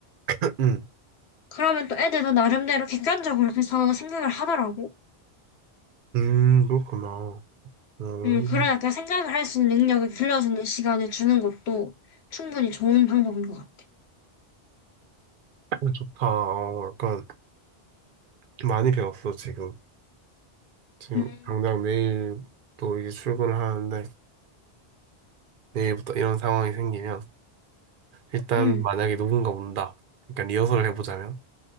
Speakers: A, on the right; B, on the left.
A: <clears throat> 응.
B: 그러면 또 애들도 나름대로 객관적으로 그 상황을 생각을 하더라고.
A: 음, 그렇구나. 음,
B: 음, 그러니까 생각을 할 수 있는 능력을 길러주는 시간을 주는 것도 충분히 좋은 방법인 것 같아.
A: 어, 좋다. 어, 약간 많이 배웠어, 지금. 지금
B: 음,
A: 당장 내일 또 이제 출근을 하는데, 내일부터 이런 상황이 생기면, 일단
B: 음,
A: 만약에 누군가 온다. 그러니까 리허설을 해보자면,